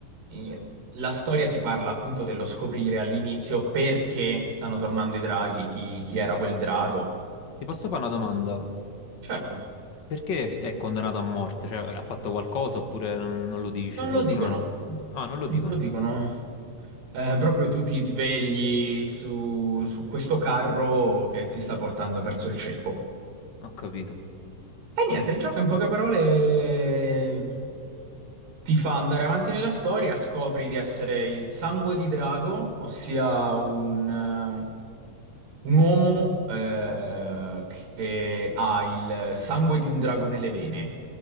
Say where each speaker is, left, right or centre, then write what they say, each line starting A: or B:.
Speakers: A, on the right; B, on the left.
A: in- La storia ti parla appunto dello scoprire all'inizio perché stanno tornando i draghi, chi, chi era quel drago.
B: Ok. Ti posso fare una domanda?
A: Certo,
B: Perché è condannato a morte? Cioè, ha fatto qualcosa oppure non, non lo dice?
A: non lo
B: Oppure
A: dicono.
B: non... Ah, non lo
A: Non
B: dicono.
A: lo dicono. Eh,
B: Ok,
A: proprio tu ti svegli su, su questo carro che ti sta portando verso il ceppo.
B: ho capito.
A: E niente, il gioco in poche parole ti fa andare avanti nella storia, scopri di essere il sangue di drago, ossia un, eh, un uomo eh, che ha il sangue di un drago nelle vene,